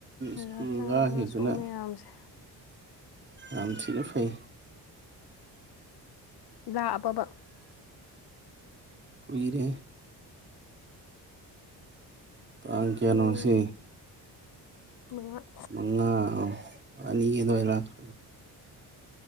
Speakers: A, on the right; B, on the left.
A: ꯁ꯭ꯀꯨꯜ
B: ꯅꯆꯥꯅꯁꯨ
A: ꯀꯥꯈꯤꯕꯗꯨꯅ
B: ꯃꯌꯥꯝꯁꯦ
A: ꯑꯝ ꯊꯤꯅ ꯐꯩ
B: <unintelligible>
A: ꯀꯨꯏꯔꯦ ꯇꯥꯡ ꯀꯌꯥꯅꯣ
B: ꯎꯝ
A: ꯉꯥꯁꯤ
B: ꯃꯉꯥ
A: ꯃꯉꯅꯤꯗꯣꯂ <inaudible>